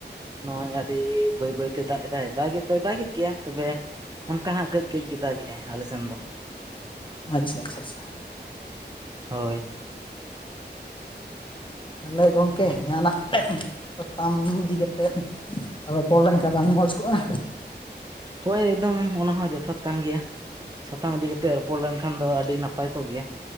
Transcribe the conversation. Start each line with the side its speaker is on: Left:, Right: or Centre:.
Right: ᱱᱚᱜᱼᱚᱭ ᱟᱹᱰᱤ ᱵᱟᱹᱭ ᱵᱟᱹᱭ ᱛᱮ ᱫᱟᱜ ᱮᱫᱟᱭ, ᱫᱟᱜ ᱮᱫ ᱫᱚᱭ ᱫᱟᱜᱼᱮᱫ ᱜᱮᱭᱟ ᱾ ᱛᱚᱵᱮ ᱚᱱᱠᱟ ᱦᱟᱸᱜ ᱠᱟᱹᱡ ᱠᱟᱹᱡ ᱜᱮ ᱫᱟᱜ ᱮᱜᱼᱟᱭ ᱟᱞᱮ ᱥᱮᱱ ᱫᱚ ᱾
Left: ᱟᱪᱪᱷᱟ ᱟᱪᱪᱷᱟ ᱟᱪᱪᱷᱟ ᱾
Right: ᱦᱳᱭ ᱾
Left: ᱛᱟᱦᱚᱞᱮ ᱜᱚᱝᱠᱮ ᱡᱟᱦᱟᱱᱟᱜ <inaudible> ᱥᱟᱛᱟᱢ ᱤᱫᱤ ᱠᱟᱛᱮᱫ ᱨᱚᱯᱚᱲ ᱞᱮᱝᱠᱷᱟᱡ ᱵᱟᱝ ᱢᱚᱡᱽ ᱠᱚᱜᱼᱟ!
Right: ᱦᱳᱭ ᱮᱠᱫᱚᱢ ᱚᱱᱟ ᱦᱚᱸ ᱡᱚᱛᱷᱟᱛ ᱠᱟᱱ ᱜᱮᱭᱟ᱾ ᱥᱟᱛᱟᱢ ᱤᱫᱤ ᱠᱟᱛᱮᱜ ᱨᱚᱯᱚᱲ ᱞᱮᱱᱠᱷᱟᱱ ᱫᱚ ᱟᱹᱰᱤ ᱱᱟᱯᱟᱭ ᱠᱚᱜ ᱜᱮᱭᱟ ᱾